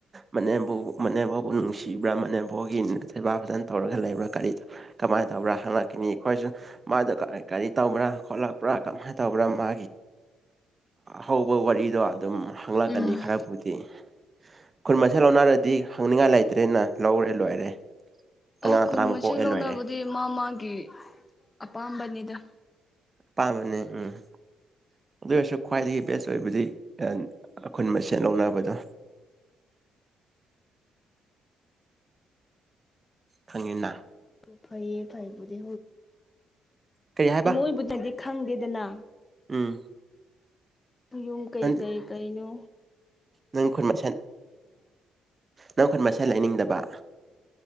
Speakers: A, on the right; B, on the left.
A: ꯃꯅꯦꯕꯨ ꯃꯅꯦꯐꯥꯎꯕꯨ ꯅꯨꯡꯁꯤꯕ꯭ꯔꯥ ꯃꯅꯦꯐꯥꯎꯒꯤ ꯁꯦꯕꯥ ꯐꯖꯅ ꯇꯧꯔꯒ ꯂꯩꯕ꯭ꯔꯥ ꯀꯔꯤ ꯀꯃꯥꯏꯅ ꯇꯧꯕ꯭ꯔꯥ ꯍꯪꯉꯛꯈꯤꯅꯤ ꯑꯩꯈꯣꯏꯁꯨ ꯃꯥꯗ ꯀꯔꯤ ꯇꯧꯕ꯭ꯔꯥ ꯈꯠꯂꯛꯄ꯭ꯔꯥ ꯀꯃꯥꯏꯅ ꯇꯧꯕ꯭ꯔꯥ ꯃꯥ ꯍꯧꯕ ꯋꯥꯔꯤꯗꯣ ꯑꯗꯨꯝ ꯍꯪꯂꯛꯀꯅꯤ
B: ꯎꯝ
A: ꯈꯔꯕꯨꯗꯤ ꯈꯨꯟ ꯃꯁꯦꯜ ꯂꯧꯅꯔꯗꯤ ꯍꯪꯅꯤꯡꯉꯥꯏ ꯂꯩꯇ꯭ꯔꯦꯅ ꯂꯧꯔꯦ ꯂꯣꯏꯔꯦ ꯑꯉꯥꯡ
B: ꯑꯣ ꯈꯨꯟ
A: ꯇꯔꯥꯃꯨꯛ
B: ꯃꯆꯦ
A: ꯄꯣꯛꯑꯦ
B: ꯂꯧꯅꯕꯗꯤ
A: ꯂꯣꯏꯔꯦ
B: ꯃꯥ ꯃꯥꯒꯤ ꯑꯄꯥꯝꯕꯅꯤꯗ
A: ꯄꯥꯝꯕꯅꯦ ꯎꯝ ꯑꯗꯨ ꯑꯣꯏꯔꯁꯨ ꯈ꯭ꯋꯥꯏꯗꯒꯤ ꯕꯦꯁ ꯑꯣꯏꯕꯗꯤ ꯑꯩꯈꯣꯏꯟ ꯃꯁꯦꯟ ꯂꯧꯅꯕꯗꯣ
B: ꯑ
A: ꯈꯪꯉꯤꯅ
B: ꯐꯌꯦ ꯐꯕꯨꯗꯤ
A: ꯀꯔꯤ ꯍꯥꯏꯕ
B: ꯃꯕꯨ ꯈꯪꯗꯦꯗꯅ
A: ꯎꯝ
B: ꯌꯨꯝ ꯀꯩ
A: ꯅꯪꯗꯤ
B: ꯀꯩ ꯀꯔꯤꯅꯣ
A: ꯅꯪ ꯈꯨꯠ ꯃꯁꯦꯟ ꯅꯪ ꯈꯨꯠ ꯃꯁꯦꯜ ꯂꯩꯅꯤꯡꯗꯕ